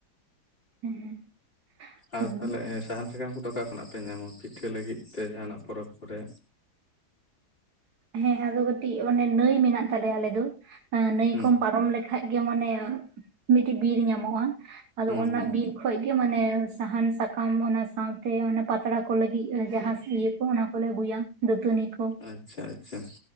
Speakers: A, on the right (about 70°); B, on the left (about 35°).
A: ᱦᱮᱸ
B: ᱟᱨ
A: ᱦᱩᱸ
B: ᱛᱟᱦᱞᱮ ᱥᱟᱦᱟᱱ ᱥᱟᱠᱟᱢ ᱠᱳ ᱫᱳ ᱚᱠᱟ ᱠᱷᱚᱱᱟᱜ ᱯᱮ ᱧᱟᱢᱟ ᱯᱤᱴᱷᱟᱹ ᱞᱟᱹᱜᱤᱫ ᱛᱮ ᱡᱟᱦᱟᱸᱱᱟᱜ ᱯᱚᱨᱚᱵᱽ ᱠᱚᱨᱮ
A: ᱦᱮᱸ ᱟᱫᱚ ᱠᱟᱹᱴᱤᱡ ᱚᱱᱮ ᱱᱟᱹᱭ ᱢᱮᱱᱟᱜ ᱛᱟᱞᱮᱭᱟ ᱟᱞᱮ ᱫᱚ ᱟᱺᱻ ᱱᱟᱹᱭ
B: ᱦᱩᱸ
A: ᱠᱚᱢ ᱯᱟᱨᱚᱢ ᱞᱮᱠᱷᱟᱡ ᱜᱮ ᱢᱟᱱᱮ ᱢᱤᱫᱴᱮᱡ ᱵᱤᱨ ᱧᱟᱢᱚᱜᱼᱟ ᱟᱫᱚ
B: ᱦᱩᱸ
A: ᱚᱱᱟ
B: ᱦᱩᱸ
A: ᱵᱤᱨ ᱠᱷᱚᱡ ᱜᱮ ᱢᱟᱱᱮ ᱥᱟᱦᱟᱱ ᱥᱟᱠᱟᱢ ᱚᱱᱟ ᱥᱟᱶᱛᱮ ᱚᱱᱟ ᱯᱟᱛᱲᱟ ᱠᱚ ᱞᱟᱹᱜᱤᱫ ᱡᱟᱦᱟᱸ ᱤᱭᱟᱹ ᱠᱚ ᱚᱱᱟ ᱠᱚ ᱞᱮ ᱟᱹᱜᱩᱭᱟ᱾ ᱫᱟᱹᱛᱟᱹᱱᱤ ᱠᱚ,
B: ᱟᱪᱷᱟ ᱟᱪᱷᱟ